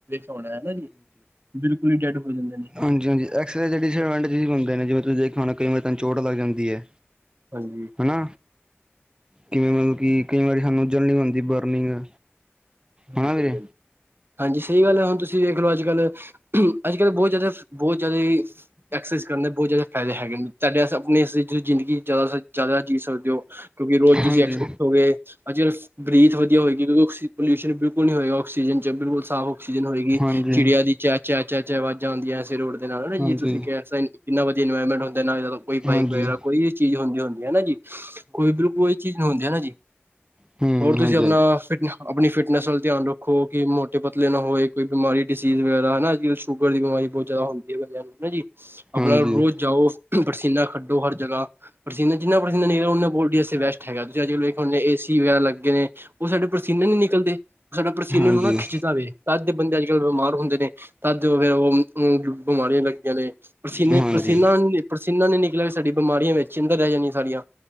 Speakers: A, on the right; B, on the right.
A: ਹੁਣ ਐ ਨਾ ਜੀ, ਬਿਲਕੁਲ ਈ ਡੈਡ ਹੋ ਜਾਂਦੇ ਨੇ।
B: ਹਾਂਜੀ-ਹਾਂਜੀ ਐਕਸਰੇ ਦੇ ਡਿਸਐਡਵਾਂਟਜ ਵੀ ਹੁੰਦੇ ਨੇ ਜਿਵੇ ਤੁਸੀਂ ਦੇਖਿਆ ਹੋਣਾ ਕਈ ਵਾਰੀ ਤਾਂਨ ਚੋਟ ਲੱਗ ਜਾਂਦੀ ਏ।
A: ਹਾਂਜੀ
B: ਹਨਾ ਕਿਵੇਂ ਮਤਲਬ ਕਿ ਕਈ ਵਾਰੀ ਸਾਨੂੰ ਜਲ ਨੀ ਬਣਦੀ ਬਰਨਿੰਗ
A: ਹਾਂਜੀ
B: ਹਨਾਂ ਬੀ
A: ਹਾਂਜੀ ਸਹੀ ਗੱਲ ਹੈ ਹੁਣ ਤੁਸੀਂ ਵੇਖ ਲਓ ਅੱਜ ਕੱਲ੍ਹ ਅੱਜ ਕੱਲ੍ਹ ਬੋਤ ਜ਼ਿਆਦਾ ਬੋਤ ਜ਼ਿਆਦਾ ਐਕਸਰਸਾਈਜ਼ ਕਰਨ ਦੇ ਬਹੁਤ ਜ਼ਿਆਦਾ ਫਾਇਦੇ ਹੈਗੇ ਨੇ ਤੁਹਾਡੇ ਆਪਣੀ ਜ਼ਿੰਦਗੀ ਜ਼ਿਆਦਾ ਜ਼ਿਆਦਾ ਜੀਅ ਸਕਦੇ ਹੋ ਕਿਉਂਕਿ ਰੋਜ਼ ਤੁਸੀਂ
B: ਹਾਂਜੀ
A: ਐਕਸ ਉੱਠੋਗੇ ਅੱਜ ਕੱਲ੍ਹ ਬਰੀਥ ਵਧੀਆ ਹੋਏਗੀ ਕਿਉਂਕਿ ਆਕਸੀ ਪੋਲਿਊਸ਼ਨ ਬਿਲਕੁਲ ਨੀ ਹੋਏਗਾ ਆਕਸੀਜਨ ਚ ਬਿਲਕੁਲ ਸਾਫ਼ ਆਕਸੀਜਨ ਹੋਏਗੀ
B: ਹਾਂਜੀ
A: ਚਿੜੀਆਂ
B: ਹਾਂਜੀ
A: ਦੀ ਚੈ ਚੈ ਚੈ ਚੈ ਆਵਾਜ਼ਾਂ ਆਦੀਆਂ ਐੇ ਸਵੇਰੇ ਉੱਠਦੇ ਨਾਲ ਹਨਾ
B: ਹਾਂਜੀ
A: ਜੇ ਤੁਸੀਂ ਕਹਿ ਸਕ ਇੰਨਾ ਵਧੀਆ ਇਨਵਾਇਰਮੈਂਟ ਹੁੰਦਾ ਨਾਦ ਕੋਈ
B: ਹਾਂਜੀ
A: ਬਾਈਕ ਵਗੈਰਾ ਕੋਈ ਚੀਜ਼ ਹੁੰਦੀ ਹੁੰਦੀ ਹਨਾ ਜੀ ਕੋਈ ਬਿਲਕੁਲ ਚੀਜ਼ ਨੂੰ ਹੁੰਦੀ ਹੈ ਨਾ ਜੀ
B: ਹੂੰ
A: ਹੋਰ ਤੁਸੀਂ
B: ਹਾਂਜੀ
A: ਆਪਣਾ ਫਿਟਨ ਆਪਣੀ ਫਿਟਨੈਸ ਵੱਲ ਧਿਆਨ ਰੱਖੋ ਕਿ ਮੋਟੇ ਪਤਲੇ ਨਾ ਹੋਏ ਕੋਈ ਬਿਮਾਰੀ ਡਿਸੀਜ਼ ਵਗੈਰਾ ਹਨਾ ਅੱਜ ਕੱਲ੍ਹ ਸ਼ੂਗਰ ਦੀ ਬਿਮਾਰੀ ਬਹੁਤ ਜਾਦਾ ਹੁੰਦੀ ਹੈ ਬੰਦਿਆਂ ਨੂੰ ਹਨਾ ਜੀ ਆਪਣਾ
B: ਹਾਂਜੀ ਹਾਂਜੀ
A: ਰੋਜ਼ ਜਾਓ ਪਸੀਨਾ ਖੱਡੋ ਹਰ ਜਗ੍ਹਾ ਪ੍ਰਸੀਨਾ ਜਿਨਾ ਪ੍ਰਸੀਨਾ ਨਿਕਲੇ ਗਾ ਉਣਾ ਬਾਡੀ ਵਾਸਤੇ ਬੈਸਟ ਹੈਗਾ ਤੁਸੀਂ ਅੱਜ ਕੱਲ ਵੇਖੋ ਹੁਣ ਏ ਏਸੀ ਵਗੈਰਾ ਲੱਗੇ ਨੇ ਉਹ ਸਾਡੇ ਪ੍ਰਸੀ ਪ੍ਰਸੀਨਾ ਨੀ ਨਿਕਲਦੇ ਸਾਡਾ ਪ੍ਰਸੀਨੇ
B: ਹਾਂਜੀ
A: ਨੂੰ ਨਾ ਖਿੱਚਦਾ ਵੇ ਤਦ ਦੇ ਬੰਦੇ ਅੱਜ ਕੱਲ੍ਹ ਬਿਮਾਰ ਹੁੰਦੇ ਨੇ ਤਦ ਫਿਰ ਉਹ ਬਿਮਾਰੀਆਂ ਲੱਗਦੀਆਂ ਨੇ ਪ੍ਰਸੀਨੇ
B: ਹਾਂਜੀ,
A: ਪ੍ਰਸੀਨਾ ਨੀ ਪਸੀਨਾ ਨੀ ਨਿਕਲਿਆ ਸਾਡੀ ਬਿਮਾਰੀਆਂ ਵਿੱਚ ਅੰਦਰ ਰੈ ਜਾਣੀਆਂ ਸਾਰੀਆਂ